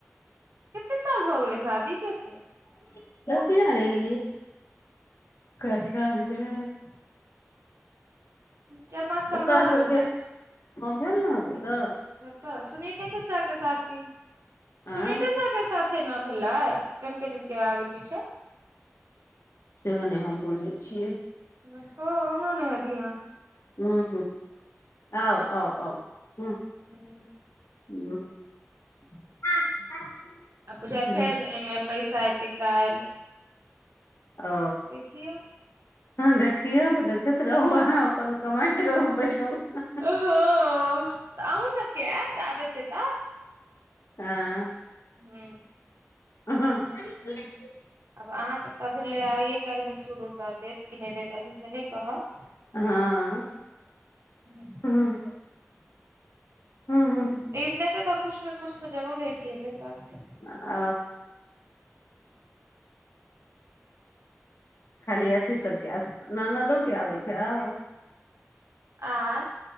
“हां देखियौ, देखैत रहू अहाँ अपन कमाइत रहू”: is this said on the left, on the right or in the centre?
Left